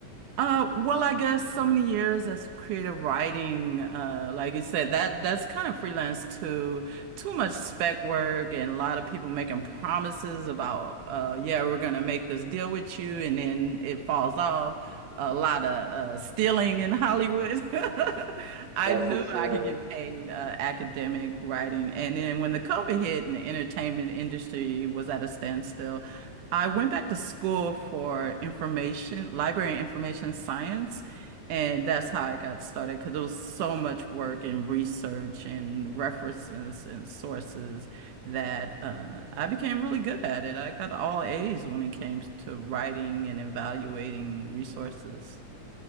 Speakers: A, on the right; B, on the right.
A: Uh, well, I guess so many years as creative writing, uh, like you said, that that's kind of freelance too. Too much spec work and a lot of people making promises about, uh, yeah, we're gonna make this deal with you, and then it falls off. A lot of uh, stealing in Hollywood. <laughs> I
B: Yeah,
A: knew
B: for sure.
A: I could get paid uh, academic writing, and then when the COVID hit and the entertainment industry was at a standstill. I went back to school for information, library and information science, and that's how I got started because there was so much work and research and references and sources that uh, I became really good at it. I got all A's when it came to writing and evaluating resources.